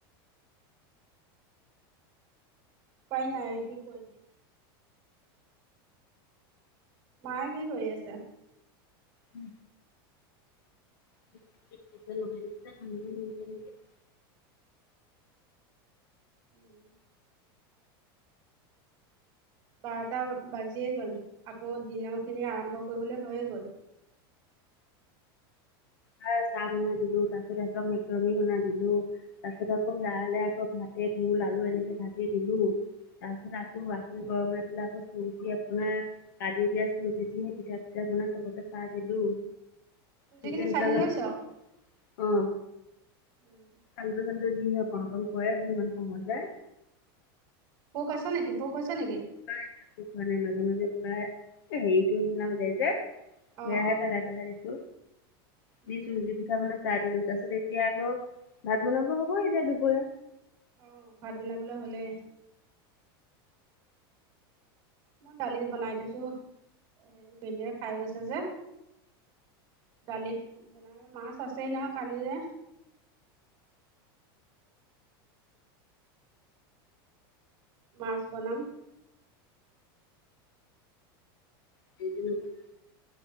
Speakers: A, on the right (about 30°); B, on the left (about 60°).
A: উপায় নাই আৰে কি কৰিবি মায়ে কি কৰি আছে?
B: উম <unintelligible>
A: উম বাৰটা বাজিয়ে গ'ল আকৌ দিনৰ খিনি আৰম্ভ কৰিবলৈ হৈয়ে গ'ল
B: ভাল চাহ বনাই দিলো তাৰ পিছত সিহঁতক মেকুৰণী বনাই দিলো তাৰ পিছত আকৌ হেয়ালে আকৌ ভাতে ঘিওল আলু এনেকে ভাজি দিলো। তাৰপিছত
A: উম।
B: আকৌ গাখীৰ গৰম হৈ পেলাই আকৌ চুজি আপোনাৰ কালি গেছ <unintelligible> দিহে পিঠা এতিয়া গুনা চবকে চাহ দিলো, খ
A: যিখিনি
B: গেছডালত
A: চালি লৈছ?
B: অ।
A: ওম।
B: আল্টু ফাল্টু যিহে কৰকন কৰে মো ইমান সময় যায়
A: পোক আছে নেকি পোক হৈছে নেকি?
B: কিবা এটা পোখৰে মাজে মাজে কিবা হেৰিতটো নিচিনা হৈ যায় যে সেয়াহে
A: অ', অ'।
B: পেলাই পেলাই দিছো,
A: উম।
B: দিছো যি পিঠা বনাই। চাহ দিলো, তাৰপিছত এতিয়া আকৌ ভাত বনাব হ'ব এতিয়া দুপৰীয়া।
A: অ ভাত বনাবলৈ হ'লে। মই দালি বনাই থৈছো, হেৰি ভিন্দয়ে খাই গৈছে যে। দালিত বনাই মাছ আছেই নহয় কালিৰে। মাছ বনাম।
B: <unintelligible>